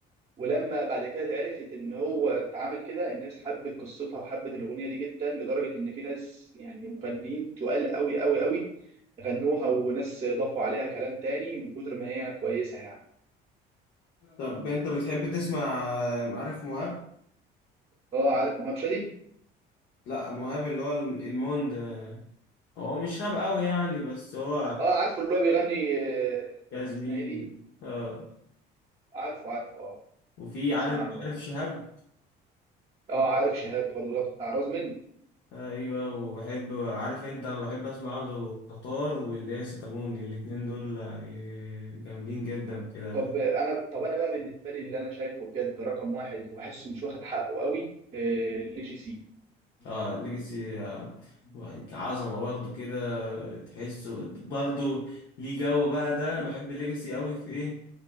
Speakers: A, on the right (about 35°); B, on the left (about 70°).
A: ولما بعد كده اتعرفت ان هو اتعامل كده الناس حبت قصتها وحبت الاغنيه دي جدا لدرجه ان في ناس يعني مغنيين تقال قوي قوي قوي غنوها وناس ضافوا عليها كلام تاني من كتر ما هي كويسه يعني
B: طب انت بتحب تسمع عارف مهاب
A: اه عارف مهاب شادي
B: لا مهاب اللي هو الم- الموند هو مش راب قوي يعني بس هو
A: اه عارفه اللي هو بيغني آه،
B: جاز مين
A: اسمها ايه دي
B: اه
A: عارفه عارفه اه
B: وفي
A: بسمع
B: عارف
A: له اه
B: عارف شهاب
A: آه، عارف شهاب برضه اللي هو بتاع رزمن
B: ايوه وبحب عارف انت انا بحب اسمع له تتار واللي هي ستامون الاتنين دول يعني جامدين جدا
A: مم.
B: كده بحب
A: طب انا طب انا بقى بالنسبه لي اللي انا شايفه بجد رقم واحد وبحسه مش واخد حقه قوي آه، ليجي سي
B: اه ليجاسي آه، كعظمه برضه كده تحسه برضه ليه جو بقى ده أنا
A: مم.
B: بحب ليجاسي قوي في ايه